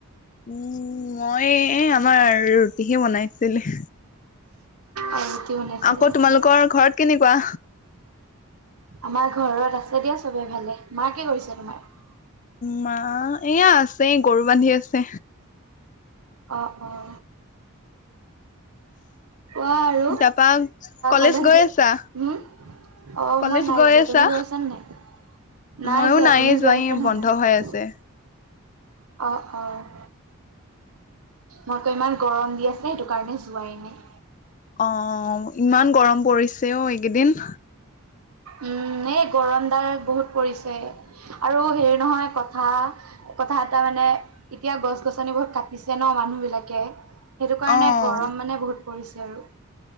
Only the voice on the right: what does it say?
আৰু কি বনাইছিলে?
আমাৰ ঘৰত আছে দিয়া চবে ভালে মাকা কি কৰিছে তোমাৰ?
অ' অ' কোৱা আৰু
কলেজ
গ
উম। অ'
মই নাই
যোৱা
তুমি গৈছা নে নাই? নাই
যোৱা
তুমি গৈ আছা
নে
নাই?
অ' অ' মই কৌ ইমান গৰম দি আছে সেইটো কাৰণে যোৱাই নাই।
উম। উম এই গৰম দাল বহুত পৰিছে আৰু হেৰি নহয় কথা। কথা এটা মানে এতিয়া গছ গছনি বহুত কাটিছে ন মানুহ বিলাকে সেইটো কাৰণে
গৰম মানে বহুত পৰিছে আৰু